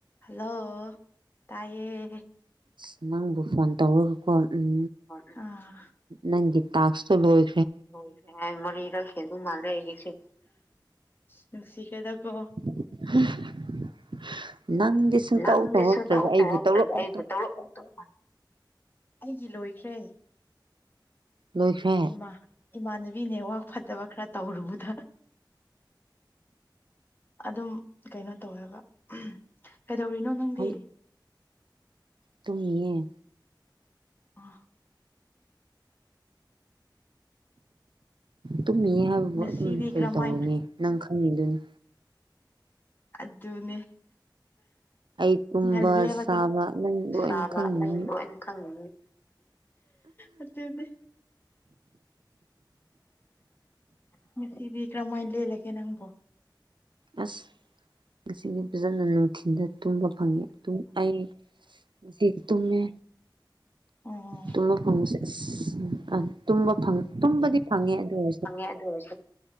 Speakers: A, on the left; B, on the right.
A: hello ꯇꯥꯏꯌꯦ
B: ꯑꯁ ꯅꯪꯕꯨ ꯐꯣꯟ ꯇꯧꯔꯒꯀꯣ ꯎꯝ
A: ꯑꯥ
B: ꯅꯪꯒꯤ ꯇꯥꯛꯁꯇꯣ ꯂꯣꯏ
A: ꯂꯣꯏꯈ꯭ꯔꯦ ꯍꯥꯏ ꯃꯔꯤꯔꯛ ꯍꯦꯟꯕ ꯃꯥꯜꯂꯦ ꯑꯩꯒꯤꯁꯦ ꯅꯨꯡꯁꯤꯈ꯭ꯔꯦꯗꯀꯣ
B: <unintelligible> ꯅꯪꯗꯤ ꯁꯨꯡꯇꯧ
A: ꯅꯪꯗꯤ
B: ꯇꯧꯔꯛꯇ꯭ꯔꯒ
A: ꯁꯨꯡꯇꯧ
B: ꯑꯩꯕꯨ
A: ꯇꯧꯔꯛꯇ꯭ꯔꯒ
B: ꯇꯧꯔꯛꯑꯣ
A: ꯑꯩꯕꯨ ꯇꯧꯔꯛꯑꯣ ꯇꯧꯔꯛꯑꯣ ꯑꯩꯒꯤ ꯂꯣꯏꯈ꯭ꯔꯦ
B: ꯂꯣꯏꯈ꯭ꯔꯦ
A: ꯏꯃꯥ ꯏꯃꯥꯟꯅꯕꯤꯅꯦ ꯋꯥ ꯐꯠꯇꯕ ꯈꯔ ꯇꯧꯔꯨꯕꯗ ꯑꯗꯨꯝ ꯀꯩꯅꯣ ꯇꯧꯋꯦꯕ ꯀꯩꯗꯧꯔꯤꯅꯣ ꯅꯪꯗꯤ
B: ꯍꯧꯖꯤꯛ ꯇꯨꯝꯃꯤꯌꯦ
A: ꯑ
B: ꯇꯨꯝꯃꯤꯌꯦ ꯍꯥꯏꯕꯕꯨ
A: ꯉꯁꯤꯗꯤ
B: ꯑꯗꯨꯝ ꯀꯩ
A: ꯀꯔꯝꯍꯥꯏ
B: ꯇꯧꯔꯨꯅꯤ ꯅꯪ ꯈꯪꯉꯤꯗꯨꯅꯤ
A: ꯑꯗꯨꯅꯦ
B: ꯑꯩ ꯇꯨꯝꯕ
A: ꯉꯜꯂꯦꯕꯗꯣ
B: ꯆꯥꯕ ꯅꯪ ꯂꯣꯏꯅ
A: ꯁꯥꯕ
B: ꯈꯪꯉꯤꯅꯤ
A: ꯂꯣꯏꯅ ꯈꯪꯅꯤꯡꯉꯤ ꯑꯗꯨꯗꯤ ꯅꯨꯡꯁꯤꯕꯤ ꯀꯔꯝꯃꯥꯏ ꯂꯦꯜꯂꯤꯒꯦ ꯅꯪꯕꯣ
B: ꯑꯁ <unintelligible> ꯐꯖꯅ ꯅꯨꯡꯊꯤꯜꯗ ꯇꯨꯝꯕ ꯐꯪꯉꯦ ꯑꯩ ꯉꯁꯤꯗꯤ ꯇꯨꯝꯃꯦ
A: ꯑꯣ
B: ꯇꯨꯝꯕ ꯐꯪꯕꯁꯦ ꯑꯁ ꯎꯝ ꯑꯝ ꯇꯨꯝꯕ ꯐꯪ ꯇꯨꯝꯕꯗꯤ ꯐꯪꯉꯦ ꯑꯗꯨ ꯑꯣꯏꯔꯁꯦ
A: ꯑꯗꯨ ꯑꯣꯏꯁꯨ